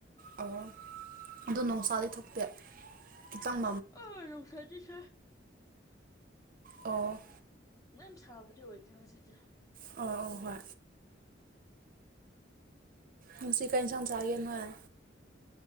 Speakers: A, on the right; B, on the left.
A: ꯑꯣ ꯑꯗꯨꯣ ꯣꯡꯁꯥꯗꯤ ꯊꯣꯛꯄꯦ ꯈꯤꯇꯪ
B: ꯀ ꯑꯅꯧ ꯁꯥꯖꯤꯗꯤ ꯁꯥ
A: ꯑꯣ
B: ꯌꯥꯝ ꯁꯥꯕꯗꯤ ꯑꯣꯏꯗꯦ ꯉꯁꯤꯗꯤꯦ
A: ꯑꯣ ꯑꯣ ꯍꯣꯏ ꯉꯁꯤ ꯀꯔꯤ ꯁꯥꯡ ꯆꯥꯒꯦ ꯅꯣꯏ